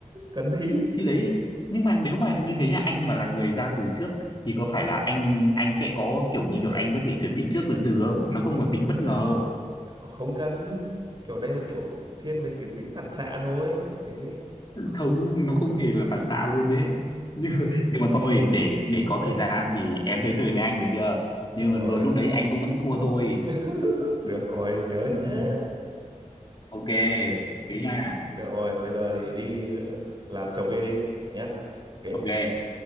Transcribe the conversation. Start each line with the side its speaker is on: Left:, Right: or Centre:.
Right: cần gì
Left: thì đấy nhưng mà nếu mà như thế nhá anh mà là người ra từ trước thì có phải là anh anh sẽ có kiểu như kiểu là anh có thể chuẩn bị trước từ từ không nó không còn tính bất ngờ
Right: không cần kiểu đây là kiểu thiên về kiểu tính phản xạ thôi kiểu thế
Left: không nó không hề là phản xạ luôn đấy nhưng nhưng mà thôi để để có thời gian thì em sẽ chơi với anh được chưa nhưng
Right: được rồi
Left: mà rồi lúc đấy anh cũng vẫn thua thôi
Right: <laughs> được rồi nhớ
Left: <laughs>
Right: nhé
Left: ok thế nha
Right: được rồi bây giờ thì đi ờ, làm chầu bia đi nhá ok
Left: ok